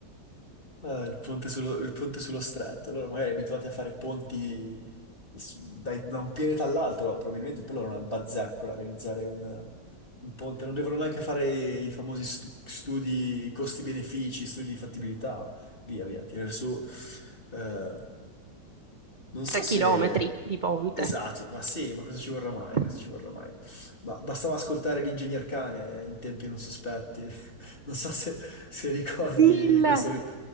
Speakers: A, on the left; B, on the right.
A: Ah, il ponte sullo, il ponte sullo stretto. Loro magari abituati a fare ponti s- dai- da un pianeta all'altro, probabilmente per loro è una bazzeccola realizzare un, un ponte. Non devono neanche fare i, i famosi stu- studi costi-benefici, studi di fattibilità, via via, tirare su... eh, Non so
B: Tre chilometri
A: se...
B: di ponte.
A: Esatto, ma sì, ma cosa ci vorrà mai?
B: <laughs>
A: Cosa ci vorrà mai? Ma bastava ascoltare l'ingegner Cane in tempi non sospetti. <laughs> Non so se, se ricordi
B: Mille.
A: questo...